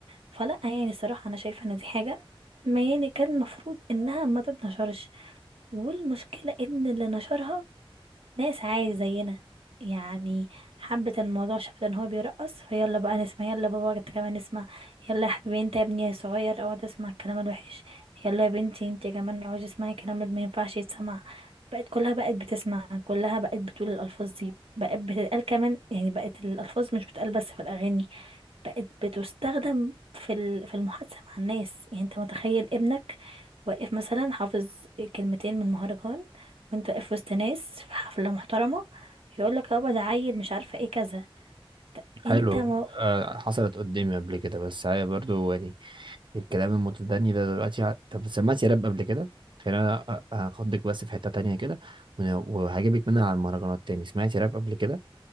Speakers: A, on the right; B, on the right.
A: فلا يعني الصراحه انا شايفه ان دي حاجه ما يعني كان المفروض انها ما تتنشرش والمشكله ان اللي نشرها ناس عادي زينا يعني حبت الموضوع شافت ان هو بيرقص فيلا بقى نسمع يلا بابا انت كمان اسمع يلا يا حبيبي انت يا ابني صغير اقعد اسمع الكلام الوحش يلا يا بنتي انت كمان اقعدي اسمعي الكلام اللي ما ينفعش يتسمع بقت كلها بقت بتسمع كلها بقت بتقول الالفاظ دي بقت بتتقال كمان يعني بقت الالفاظ مش بتتقال بس في الاغاني بقت بتستخدم في ال- في المحادثة مع الناس يعني انت متخيل ابنك واقف مثلا حافظ كلمتين من مهرجان وانت واقف وسط ناس في حفلة محترمة يقول لك يابا ده عيل مش عارفة ايه كذا
B: حلو
A: انت ما
B: آه، حصلت قدامي قبل كده بس هي برضو يعني الكلام المتدني ده دلوقتي ع- طب سمعت يا راب قبل كده خلينا أ- أ- هاخدك بس في حتة تانية كده ون- وهجيبك منها على المهرجانات تاني سمعت يا راب قبل كده